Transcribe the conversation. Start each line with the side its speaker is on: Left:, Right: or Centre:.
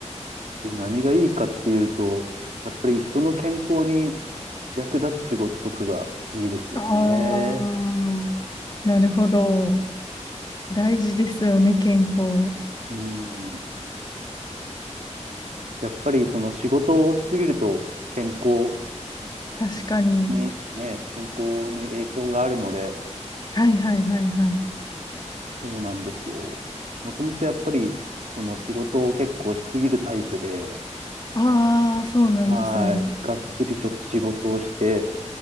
Right: で、何がいいかっていうと、やっぱり人の健康に役立つ仕事とかがいいですよね。
Left: ああ、なるほど。大事ですよね、健康。
Right: うんやっぱりその仕事をしすぎると健康
Left: 確かに。
Right: にね、健康に影響があるので、
Left: はいはいはいはい。
Right: そうなんですよ。もともとやっぱりその仕事を結構しすぎるタイプで、
Left: ああ、そうなんですね。
Right: はい、がっつりちょっと仕事をして、